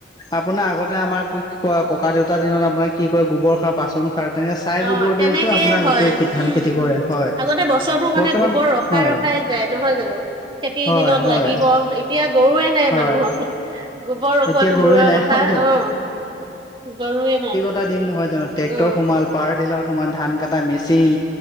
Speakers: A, on the left; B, on the right.
A: আপোনাৰ আগতে আমাৰ ক ককা, দেউতাৰ দিনত আপোনাক কি কয় গোবৰ খাৰ, বাচন খাৰ তেনেকে চাই
B: অ
A: গোবৰ
B: তেনেকেই
A: দতো আপোনাৰ
B: হয়
A: গোটেই খ ধান
B: উম
A: খেতি
B: উম
A: কৰে। হয়
B: আগতে বছৰটো মানে
A: বৰ্তমান
B: গোবৰ ৰখাই
A: হয়
B: ৰখাই। যাই নহয় জানো খেতিৰ
A: হয়
B: দিনত
A: হয়
B: লাগিব এতিয়া গৰুৱে নাই
A: হয়
B: মানুহৰ। গোবৰ ৰখোৱাটো
A: এতিয়া গৰুৱে
B: দূৰৰ
A: নাই
B: কথা
A: হয় দিয়ক
B: অ' গৰুৱে নাই।
A: এটা দিন নহয় জানো ট্ৰেক্টৰ
B: অ
A: সোমাল পাৱাৰ টিলাৰ সোমাল ধান কটা মেচিন।